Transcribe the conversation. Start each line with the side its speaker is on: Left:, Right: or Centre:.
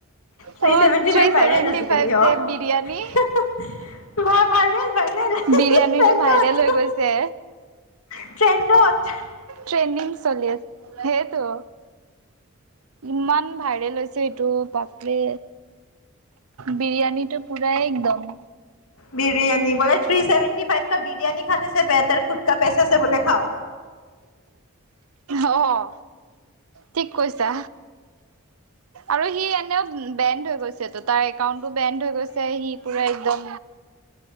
Left: থ্ৰী
Right: অ',
Left: seventy five viral
Right: seventy
Left: আজিকালি
Right: five
Left: অ'।
Right: যে বিৰিয়ানী
Left: <unintelligible> <unintelligible>
Right: বিৰিয়ানীটো ভাইৰেল হৈ গৈছে।
Left: ট্ৰেণ্ডত
Right: ট্ৰেডিঙ চলি আছে, সেইটো ইমান ভাইৰেল হৈছে এইটো বাপৰে। বিৰিয়ানীটো পূৰাই একদম।
Left: বিৰিয়ানী, বোলে থি ছেভেটি ফাইভ কা বিৰিয়ানী খানেছে বেহেটাৰ খুদকা পেচাছে বোলে খাওঁ।
Right: অ' ঠিক কৈছা, আৰু সি এনে এইপিনেও বেণ্ড হৈ গৈছে তো, তাৰ একাউন্টটো বেণ্ড হৈ গৈছে, সি পুৰা একদম